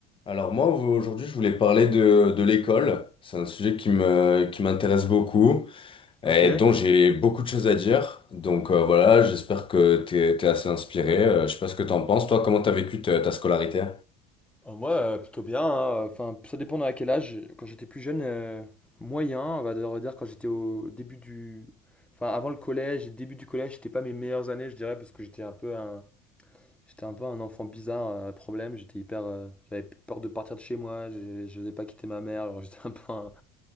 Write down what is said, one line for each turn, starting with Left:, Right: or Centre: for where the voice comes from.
Left: Alors moi aujourd'hui je voulais parler de, de l'école. C'est un sujet qui me, qui m'intéresse beaucoup et
Centre: Ok. Euh,
Left: dont j'ai beaucoup de choses à dire. Donc euh, voilà, j'espère que t'es, t'es assez inspiré. Euh, je sais pas ce que t'en penses. Toi, comment t'as vécu ta, ta scolarité?
Centre: moi, euh, plutôt bien. hein. Enfin, ça dépend à quel âge. Quand j'étais plus jeune, euh, moyen. On va dire on va dire quand j'étais au début du, enfin avant le collège et début du collège, c'était pas mes meilleures années, je dirais, parce que j'étais un peu un, j'étais un peu un enfant bizarre, à problème. J'étais hyper, euh, j'avais peur de partir de chez moi. Je, je n'osais pas quitter ma mère. Alors j'étais un peu un,